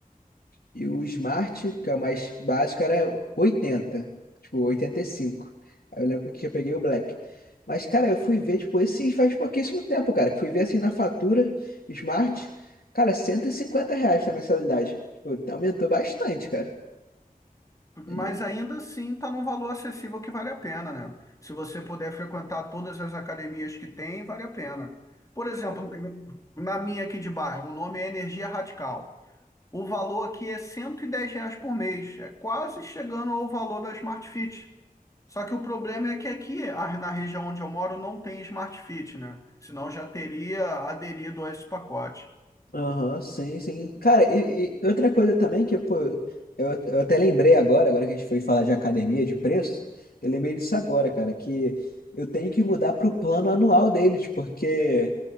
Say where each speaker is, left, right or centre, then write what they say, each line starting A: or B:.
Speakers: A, on the left (about 85°); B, on the left (about 20°).
A: e o Smart, que é o mais básico, era 80 tipo 85. Aí eu lembro que eu peguei o Black. Mas, cara, eu fui ver, tipo, esses faz pouquíssimo tempo, cara. Fui ver assim na fatura, Smart, cara, 150 reais na mensalidade. Tipo, aumentou bastante, cara. E...
B: Mas ainda assim está num valor acessível que vale a pena, né? Se você puder frequentar todas as academias que tem, vale a pena. Por exemplo, na minha aqui de bairro, o nome é Energia Radical. O valor aqui é 110 reais por mês, é quase chegando ao valor da Smart Fit. Só que o problema é que aqui, a- na região onde eu moro, não tem Smart Fit, né? Senão eu já teria aderido a esse pacote.
A: Aham, sim, sim. Cara, e, e outra coisa também que, pô, eu, eu até lembrei agora, agora que a gente foi falar de academia, de preço, eu lembrei disso agora, cara, que eu tenho que mudar pro plano anual deles, porque